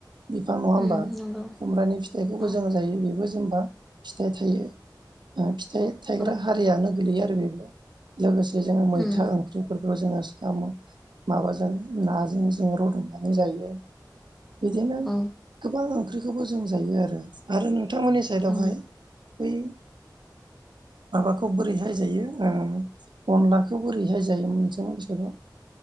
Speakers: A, on the right; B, in the centre.
A: बिफां नङा होमबा
B: उम नंगौ
A: खुमब्रानि फिथाइखौबो
B: औ
A: जों जायो बेबो जेनेबा फिथाइ थायो फिथाइ थायग्रा
B: औ
A: हारियानो गोलैयो आरो बेबो लोगोसे। जों मैथा
B: उम
A: ओंख्रि फोरखौ जोङो स'म माबाजों नाजों जों रुद'नानै जायो। बिदिनो
B: औ
A: गोबां ओंख्रिखौबो जों जायो आरो आरो नोंथांमोननि साइदावहाय
B: औ उम
A: बै माबाखौ बोरैहाय जायो अनला बेखौ बोरैहाय जायोमोनसो मानसोरो